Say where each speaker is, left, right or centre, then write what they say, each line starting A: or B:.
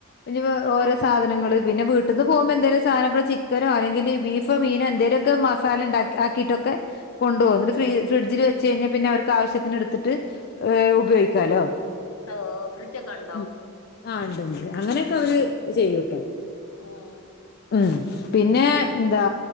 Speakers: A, on the left; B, on the left.
A: ഈ ഓരോ
B: ആഹ്
A: സാധനങ്ങള് പിന്നെ വീട്ട്ന്ന് പോകുമ്പോ എന്തേലും സധനങ്ങള് ചിക്കനോ അല്ലെങ്കില് ബീഫോ മീനോ എന്തെലൊക്കെ മസാല ഉണ്ടാക്ക ആക്കീയിട്ടൊക്കെ ക്ക കൊണ്ടുപോം അന്നിട്ട് ഫ്രിഡ്ജിൽ വെച്ച് കഴിഞ്ഞാൽ പിന്നെ അവർക്ക് ആവിശ്യത്തിനെടുത്തിട്ട് ഉപയോഗിക്കാലോ.
B: ആഹ് ഫ്രിഡ്ജൊക്കെ ഉണ്ടോ
A: ഉം. ആ ഉണ്ട് ണ്ട് അങ്ങനെയൊക്കെ അവര് ചെയ്യൂട്ടോ.
B: ഉം
A: ഉ പിന്നെ എന്താ